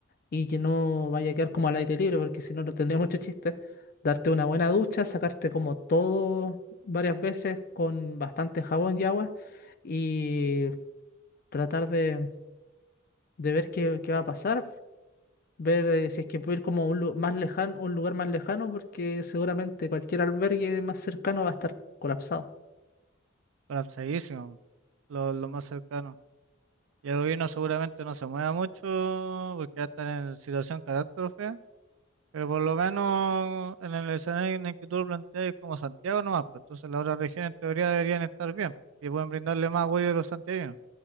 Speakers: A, on the left; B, on the right.
A: y que no vaya a quedar como al aire libre, porque si no, no tendría mucho chiste. Darte una buena ducha, sacarte como todo varias veces con bastante jabón y agua y tratar de, de ver qué, qué va a pasar ver eh, si es que puedo ir como a un, lu- más lejano, un lugar más lejano, porque seguramente cualquier albergue más cercano va a estar colapsado.
B: para segurísimo, lo, lo más cercano. Y el gobierno seguramente no se mueva mucho porque ya están en situación catástrofe, pero por lo menos en el escenario en el que tú lo planteas es como Santiago nomás, pues entonces las otras regiones en teoría deberían estar bien y pueden brindarle más apoyo a los santiaguinos